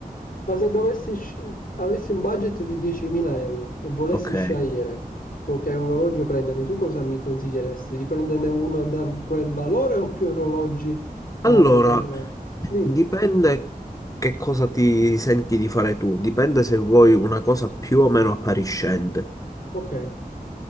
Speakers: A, on the left; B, on the left.
A: Ma se dovessi sce avessi un budget di 10.000 € e volessi
B: ok.
A: scegliere co che orologio prendermi, tu cosa mi consiglieresti? Di prenderne uno da quel valore o più orologi
B: Allora,
A: da poter... Dimmi.
B: dipende che cosa ti senti di fare tu, dipende se vuoi una cosa più o meno appariscente.
A: Ok. Eh.